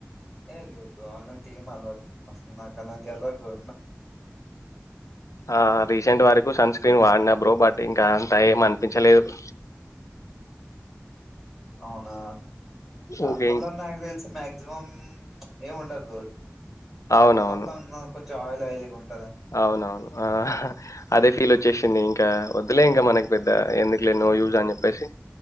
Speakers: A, in the centre; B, on the left.
A: ఏ లేదు అల్లాంటి ఏం అల్వాటు అసలు నాకు అలాంటి అల్వాటుదు
B: ఆ రీసెంట్ వరకు సన్ స్క్రీ స్క్రీన్ వాడిన బ్రో బట్ ఇంకా అంత ఏం అనిపించలేదు
A: అవునా దానివల్ల
B: ఊకే
A: నాకు తెలిసి మాక్సిమం ఏం ఉండదు గోరు ఒకే
B: అవునవును.
A: మొత్తం కొంచెం చాయా ఆయిలి గుండ్
B: అవునవును ఆ అదే ఫీల్ వచ్చేసింది ఇంకా వద్దులే ఇంకా మనకి పెద్ద ఎందుకులే నో యూజ్ అని చెప్పేసి